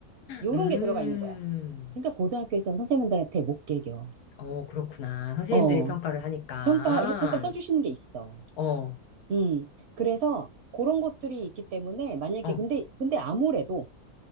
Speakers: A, on the right; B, on the left.
A: 요런
B: 음, 음.
A: 게 들어가 있는 거야. 그러니까 고등학교에서는 선생님들한테 못 개겨.
B: 어, 그렇구나. 선생님들이
A: 어,
B: 평가를 하니까.
A: 평가, 평가 써주시는 게 있어.
B: 어,
A: 음, 그래서 그런 것들이 있기 때문에 만약에,
B: 어,
A: 근데, 근데 아무래도